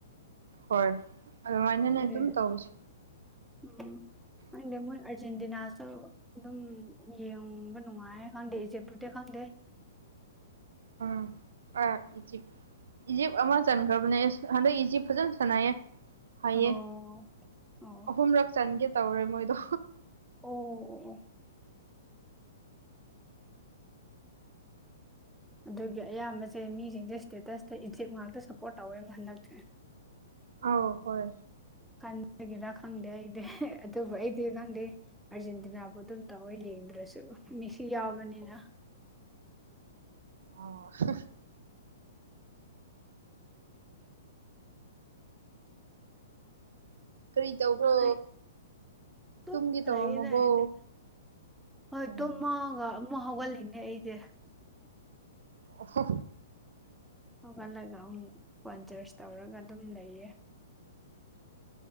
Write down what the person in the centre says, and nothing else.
ꯑꯗꯨ
ꯎꯝ ꯈꯪꯗꯦ <inaudible> ꯑꯔꯖꯦꯟꯇꯤꯅꯥꯁꯨ ꯑꯗꯨꯝ ꯌꯦꯡꯕ ꯅꯨꯡꯉꯥꯏ ꯈꯪꯗꯦ ꯏꯖꯤꯞꯄꯨꯗꯤ ꯈꯪꯗꯦ
ꯑꯣ ꯑꯣ
ꯑꯣ ꯑꯣ ꯑꯣ ꯑꯗꯨꯒꯤ ꯑꯌꯥꯝꯕꯁꯦ ꯃꯤꯁꯤꯡꯁꯦ ꯏꯁꯇꯦꯇꯁꯇ ꯏꯖꯤꯄ ꯉꯥꯛꯇ ꯁꯄꯣꯔꯠ ꯇꯧꯋꯦꯕ ꯍꯟꯗꯛꯇꯤ
ꯈꯟꯕꯒꯤꯔꯥ ꯈꯪꯗꯦ ꯑꯩꯗꯤ ꯑꯗꯨꯕꯨ ꯑꯩꯗꯤ ꯈꯪꯗꯦ ꯑꯥꯔꯖꯦꯟꯇꯤꯅꯥꯕꯨ ꯑꯗꯨꯝ ꯇꯧꯏ ꯌꯦꯡꯗ꯭ꯔꯁꯨ ꯃꯦꯁꯤ ꯌꯥꯎꯕꯅꯤꯅ
ꯑꯩ ꯇꯨꯝ
ꯂꯩꯌꯦꯗ ꯑꯩꯗꯤ ꯍꯣꯏ
ꯇꯨꯝꯃꯒ ꯑꯃꯨꯛ ꯑꯃꯨꯛ ꯍꯧꯒꯠꯂꯤꯅꯦ ꯑꯩꯗꯤ
ꯍꯧꯒꯠꯂꯒ ꯑꯃꯨꯛ ꯐꯣꯟ ꯆꯥꯔ꯭ꯁ ꯇꯧꯔꯒ ꯑꯗꯨꯝ ꯂꯩꯌꯦ